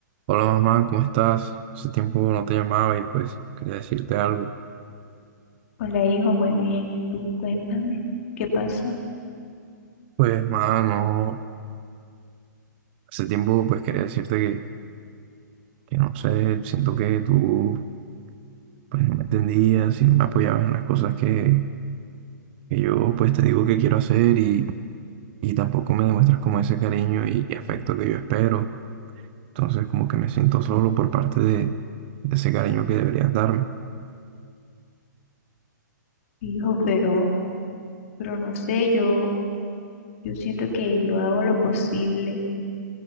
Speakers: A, on the right; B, on the left.
A: Hola mamá, ¿cómo estás? Hace tiempo no te llamaba y pues quería decirte algo.
B: Hola, hijo, muy bien. ¿Y tú? Cuéntame, ¿qué pasó?
A: Pues mamá, no, hace tiempo pues quería decirte que, que no sé, siento que tú pues no me entendías y no me apoyabas en las cosas que, que yo pues te digo que quiero hacer y, y tampoco me demuestras como ese cariño y, y afecto que yo espero. Entonces como que me siento solo por parte de, de ese cariño que deberías darme.
B: Hijo, pero, pero no sé, yo, yo siento que yo hago lo posible